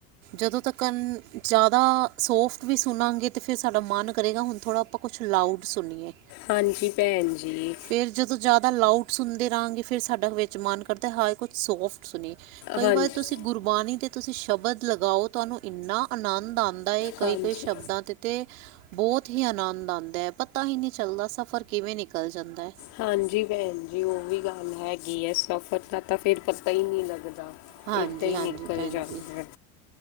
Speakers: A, on the right; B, on the left.
A: ਜਦੋਂ ਤੱਕਨ ਜ਼ਿਆਦਾ ਸੋਫਟ ਵੀ ਸੁਣਾਂਗੇ ਤਾਂ ਫਿਰ ਸਾਡਾ ਮਨ ਕਰੇਗਾ ਹੁਣ ਥੋੜ੍ਹਾ ਆਪਾਂ ਕੁਛ ਲਾਊਡ ਸੁਣੀਏ।
B: ਹਾਂਜੀ ਭੈਣ ਜੀ।
A: ਫਿਰ ਜਦੋਂ ਜ਼ਿਆਦਾ ਲਾਊਡ ਸੁਣਦੇ ਰਹਾਂਗੇ ਫਿਰ ਸਾਡਾ ਵਿੱਚ ਮਨ ਕਰਦਾ ਹਾ ਕੁਛ ਸੋਫਟ ਸੁਣੀ ਕਈ
B: ਹਾਂਜੀ
A: ਵਾਰ ਤੁਸੀਂ ਗੁਰਬਾਣੀ ਤੇ ਤੁਸੀਂ ਸ਼ਬਦ ਲਗਾਓ ਤੁਹਾਨੂੰ ਇੰਨਾ ਆਨੰਦ ਆਉਂਦਾ ਇਹ ਕਈ
B: ਹਾਂਜੀ
A: ਕਈ ਸ਼ਬਦਾਂ ਤੇ ਅਤੇ ਬਹੁਤ ਹੀ ਆਨੰਦ ਆਉਂਦਾ ਹੈ ਪਤਾ ਹੀ ਨਹੀਂ ਚੱਲਦਾ ਸਫ਼ਰ ਕਿਵੇਂ ਨਿਕਲ ਜਾਂਦਾ ਹੈ।
B: ਹਾਂਜੀ ਭੈਣ ਜੀ ਉਹ ਵੀ ਗੱਲ ਹੈਗੀ ਹੈ ਸਫ਼ਰ ਦਾ ਤਾਂ ਫਿਰ ਪਤਾ ਹੀ ਨਹੀਂ ਲੱਗਦਾ।
A: ਹਾਂਜੀ
B: ਏਦਾਂ ਹੀ
A: ਹਾਂਜੀ
B: ਨਿਕਲ
A: ਭੈਣ
B: ਜਾਂਦਾ
A: ਜੀ
B: ਹੈ